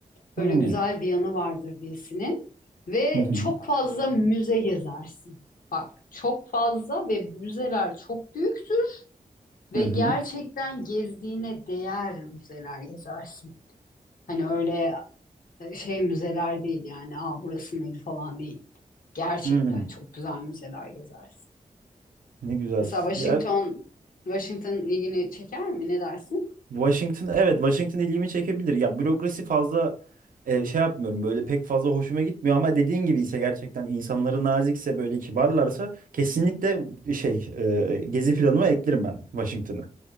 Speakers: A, on the left; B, on the right.
A: Böyle
B: Hı hı.
A: güzel bir yanı vardır dizinin. Ve
B: Hı hı.
A: çok fazla müze gezersin. Çok fazla ve müzeler çok büyüktür ve
B: Hı hı.
A: gerçekten gezdiğine değer müzeler gezersin. Hani öyle e, şey müzeler değil yani aa burası mıydı falan değil. Gerçekten
B: Hı.
A: çok güzel müzeler gezersin.
B: Ne güzel.
A: Mesela
B: Ya
A: Washington, Washington ilgini çeker mi? Ne dersin?
B: Washington evet Washington ilgimi çekebilir. Ya bürokrasi fazla e, şey yapmıyorum böyle pek fazla hoşuma gitmiyor ama dediğin gibi ise gerçekten insanları nazikse böyle kibarlarsa kesinlikle şey e, gezi planıma eklerim ben Washington'ı.